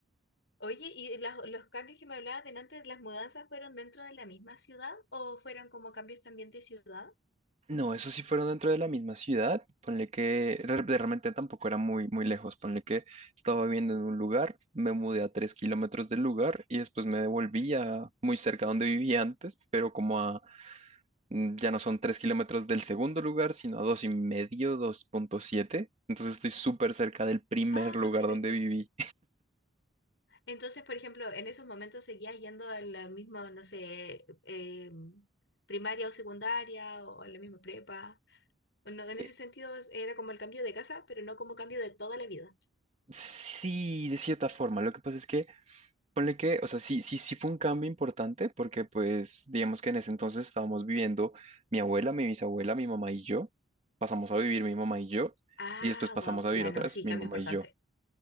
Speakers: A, on the left; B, on the right.
A: Oye, ¿y las- los cambios que me hablabas de antes, las mudanzas fueron dentro de la misma ciudad o fueron como cambios también de ciudad?
B: No, eso sí fueron dentro de la misma ciudad. Ponle que re- realmente tampoco era muy, muy lejos. Ponle que estaba viviendo en un lugar, me mudé a tres kilómetros del lugar y después me devolví a muy cerca donde vivía antes, pero como a mm, Ya no son 3 kilómetros del segundo lugar, sino a dos y medio, dos punto siete Entonces estoy súper cerca del primer
A: Ah,
B: lugar
A: perfecto.
B: donde viví.
A: Entonces, por ejemplo, en esos momentos seguías yendo a la misma, no sé, eh, primaria o secundaria o a la misma prepa. O no, en
B: Eh,
A: ese sentido es- era como el cambio de casa, pero no como cambio de toda la vida.
B: Sí, de cierta forma. Lo que pasa es que, ponle que, o sea, sí, sí, sí fue un cambio importante porque, pues, digamos que en ese entonces estábamos viviendo mi abuela, mi bisabuela, mi mamá y yo. Pasamos a vivir mi mamá y yo.
A: Ah,
B: Y después pasamos
A: wow.
B: a
A: Ya
B: vivir otra
A: no,
B: vez
A: sí,
B: mi
A: cambio
B: mamá
A: importante.
B: y yo.